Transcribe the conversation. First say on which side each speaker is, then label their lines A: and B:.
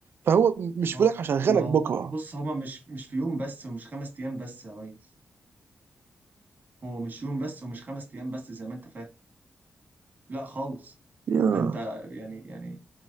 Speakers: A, on the right (about 70°); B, on the right (about 45°).
A: فهو مش
B: ما
A: بيقول
B: هو
A: لك هشغلك
B: ما هو
A: بكره
B: بص هما مش مش في يوم بس ومش خمس ايام بس يا ريس هو مش يوم بس ومش خمس ايام بس زي ما انت فاهم لا خالص
A: يا
B: ده انت يعني يعني